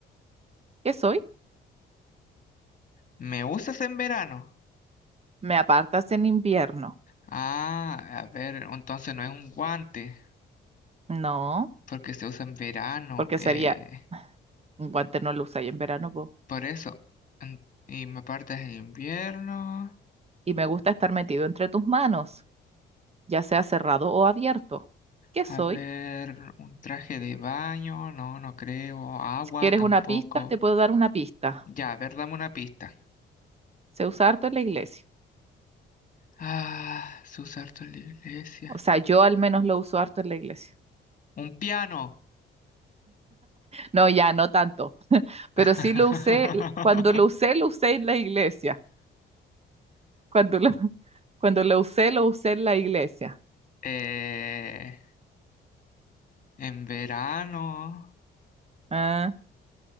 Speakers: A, on the right; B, on the left.
A: ¿Qué soy?
B: ¿me usas en verano?
A: Me apartas en invierno.
B: Ah, a ver, entonces no es un guante,
A: No,
B: porque se usa en verano.
A: porque
B: eh,
A: sería un guante no lo usáis en verano, po.
B: por eso. En- Y me partes en invierno.
A: Y me gusta estar metido entre tus manos, ya sea cerrado o abierto. ¿Qué
B: A
A: soy?
B: ver, un traje de baño, no, no creo. Agua
A: Si quieres
B: tampoco.
A: una pista, te puedo dar una pista.
B: Ya, a ver, dame una pista.
A: Se usa harto en la iglesia.
B: Ah, se usa harto en la iglesia.
A: O sea, yo al menos lo uso harto en la iglesia.
B: Un piano.
A: No, ya, no tanto. Pero
B: <laughs>
A: sí lo usé, cuando lo usé, lo usé en la iglesia. Cuando lo, <laughs> cuando lo usé, lo usé en la iglesia.
B: Eh, en verano,
A: Ah,